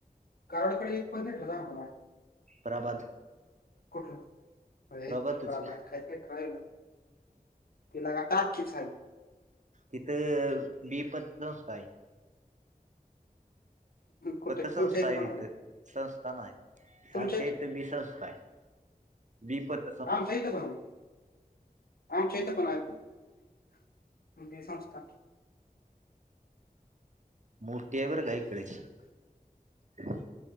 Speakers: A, on the left; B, on the right.
A: कारणक एक पणतीी ठ रज होला आहे.
B: प्रराबाद.
A: कुठलं अर
B: प्रभातच
A: त भात खायच करायला. तिला का टाककीच आहे.
B: तिथं बी पस्तय
A: कुठे
B: फत संस्था
A: तुमच्या इथे
B: आहे
A: पण
B: तिथ संस्था नाही
A: तुमच्या
B: आमच्या इथे बी संस्था आहे. विपत.
A: आम सही त काण आमचेतपला आहे ते संस्था.
B: मोटया बर गाही हिकडची